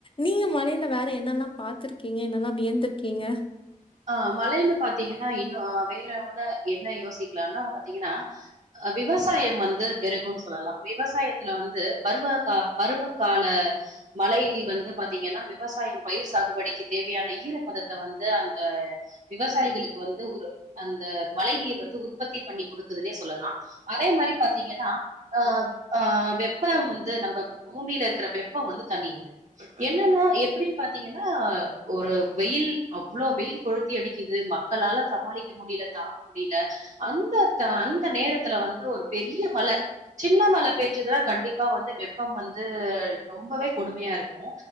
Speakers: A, on the left; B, on the right.
A: நீங்க மழைல வேற என்னெல்லா பாத்துருக்கீங்க என்னெல்லா வியந்திருக்கீங்க
B: ஆ மழன்னு பாத்தீங்கன்னா இன்னு அ வேற ஒண்ணு என்ன யோசிக்லானா பாத்தீங்கனா அ விவசாயம் வந்து பெருகுன் சொல்லலா விவசாயத்துல வந்து பருவ கா பருவ கால மழை வந்து பாத் தீங்கன்னா விவசாயம் பயிர் சாகுபடிக்கு தேவையான ஈரப்பதத்த வந்து அந்த விவசாயிகளுக் இப்ப வந்து ஒரு அந்த மழை நீர் வந்து உற்பத்தி பண்ணி குடுக்குதுன்னே சொல்லலா அதே மாரி பாத் த்திங்கன்னா ஆ ஆ வெப்பம் வந்து நம்ப பூமில இருக்குற வெப்பொ வந்து தனியிது என்னன்னா எப்டின்னு பாத்திங்கன்னா ஒரு வெயில் அப் வெயில் கொழுத்தி அடிக்குது மக்களால சமாளிக்க முடியல தாக முடியல அந்த அந்த நேரத்துல வந்து ஒரு பெரிய மழ சின்ன மழ பேஞ்சுதுனா கண்டிப்பா வந்து வெப்பம் வந்து ரொம்பவே கொடுமையா இருக்கு